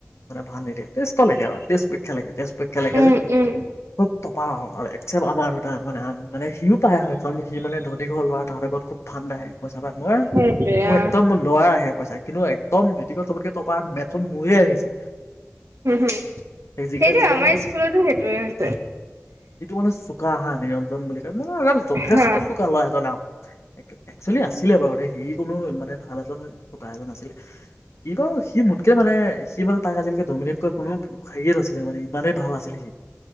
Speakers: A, on the left; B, on the right.
A: ভাল নিদিয়ে তেষ্ট লৈকে আৰু তেষ্ট পৰীক্ষা লৈকে তেষ্ট পৰীক্ষা খেলেকে
B: উম
A: যে
B: উম।
A: খুব। তপা আৰু এক। আমাৰ দুটা মানে মানে সিও পায় হয় কাৰণ সি মানে ধনীঘৰৰ ল'ৰা তাহাতৰ ঘৰত খুব ফাণ্ড আহে। থাপা মই মোৰ,
B: সেইটোৱে অ
A: একদমোৰ ল'ৰাহে। পইচা কিন্তু একদম মেট্ৰিকত চলকে তপ মেটন মূৰিয়ে আহিছে।
B: হম হুম
A: যিকেইটা
B: সেইটো
A: যিজন
B: আমাৰ
A: মানে
B: স্কুলতো সেইটোয়ে হৈছে।
A: যিটো মানে চোকা আহা নিৰঞ্জন বুলি! <unintelligible> যথেষ্ট
B: হা
A: চোকা লৰা এজন, একচুৱেলি আছিলে বাৰু দে হি কোনো মানে! ভাল এজন ককা এজন আছিলে। সি তো সি মোতকে মানে সি তাক আজিলৈকে ডমিনেট কোনো হেৰীয়ে নাছিলে মানে ইমানেই ভাল আছিলে সি